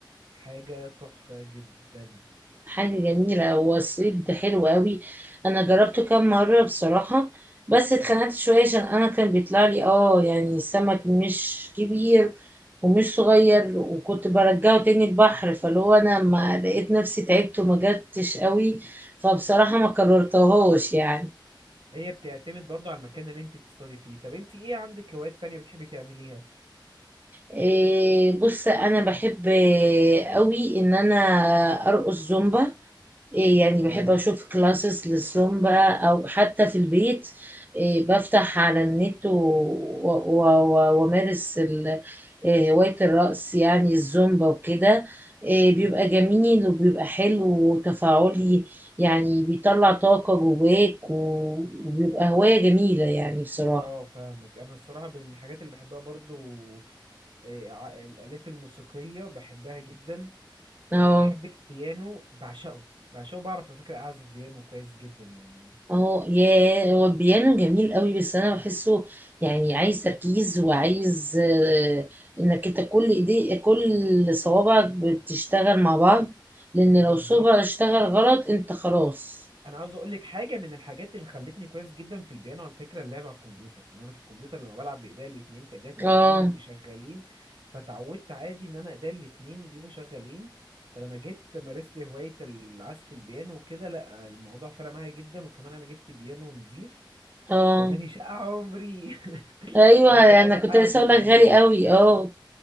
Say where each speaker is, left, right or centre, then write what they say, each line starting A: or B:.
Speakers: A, on the right; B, on the right.
A: حاجة تحفة جدا
B: حاجة جميلة هو الصيد ده حلو قوي انا جربته كام مرة بصراحة بس اتخنقت شوية عشان انا كان بيطلع لي اه يعني سمك مش كبير ومش صغير وكنت برجعه تاني البحر فاللي هو انا ما لقيت نفسي تعبت وما جبتش قوي فبصراحة ما كررتهوش يعني
A: هي بتعتمد برضو على المكان اللي انت بتستضي فيه طب انت ايه عندك هوايات تانية بتحبي تعمليها
B: إيه بص انا بحب قوي ان انا ارقص زومبا إيه يعني
A: اه
B: بحب اشوف كلاسز للزومبا او حتى في البيت إيه بفتح على النت و- و- و- وامارس ال- إيه هواية الرقص يعني الزومبا وكده إيه
A: امم
B: بيبقى جميل وبيبقى حلو وتفاعلي يعني بيطلع طاقة جواك و- وبيبقى هواية جميلة يعني بصراحة
A: اه فاهمك انا الصراحة من الحاجات اللي بحبها برضو آه، ع- الآلات الموسيقية بحبها جدا
B: اه
A: آه، بحب البيانو بعشقه بعشقه بعرف على فكرة اعزف بيانو كويس جدا يعني
B: اه ياه هو البيانو جميل قوي بس انا بحسه يعني عايز تركيز وعايز آه، انك انت كل ايدي كل صوابعك بتشتغل مع بعض لان
A: بالظبط
B: لو صوبع اشتغل غلط انت خلاص
A: انا عاوز اقول لك حاجه من الحاجات اللي خلتني كويس جدا في البيانو على فكره اللعب على الكمبيوتر ان انا في الكمبيوتر لما بلعب بايديا الاتنين فايديا الاتنين
B: اه
A: بيبقوا شغالين فتعودت عادي ان انا ايديا الاتنين بيبقوا شغالين فلما جيت مارست هوايه العزف البيانو وكده لا الموضوع فرق معايا جدا وكمان انا جبت بيانو نضيف
B: اه
A: فماني شقى عمري <laughs>
B: ايوه
A: وبقعد
B: انا كنت
A: اعزف
B: لسه اقول لك
A: عليه
B: غالي قوي اه